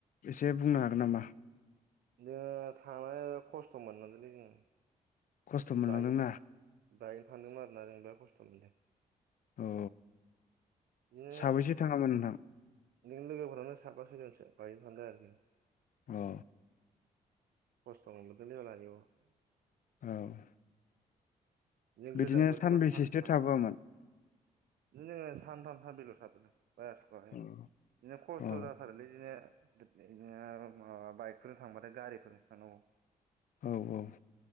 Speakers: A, on the left (about 45°); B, on the right (about 55°).
A: एसे बुंनो हागोन नामा
B: जोङो थांनानै खस्थ' मोननसोलै जोङो
A: खस्थ' मोनलांदोंना
B: बायन बायनो थानदोंमोन आरोना जों बिराद खस्थ' मोनदों
A: औ
B: बिदिनो
A: साबैसे थाङामोन नोंथां
B: नों लोगोफोरावनो साफा <unintelligible> थांदों आरो जों
A: औ
B: खस्थ' <unintelligible>
A: औ
B: गोजां
A: बिदिनो
B: बोथोराव
A: सानबेसेसो
B: <unintelligible>
A: थाबोआमोन
B: जोङो सानथाम सानब्रैल थादोलै बारा थाबोआखै
A: औ
B: बिदिनो खस्थ'
A: औ
B: जाथारोलै बिदिनो बिनो माबा बाइकफोरजों थांबाथाय गारिफोरजोंसो थांनांगौ
A: औ-औ